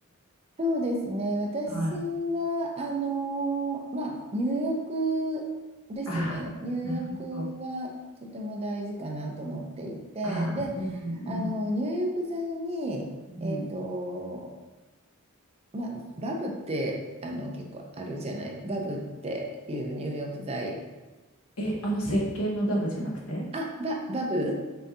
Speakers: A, on the right (about 30°); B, on the left (about 90°).
A: そうですね。私は、
B: はい。
A: あのーまあ、入浴ですね。
B: あ、
A: 入浴はとても大事かなと思っていて、
B: なるほど。あ、
A: で、
B: うんうん
A: あの、入浴剤に、
B: うん。
A: えっと、まあ、バブって、あの、結構あるじゃない。バブっていう入浴剤。
B: え、あの石鹸のダブじゃなくて
A: あ、バ、バブ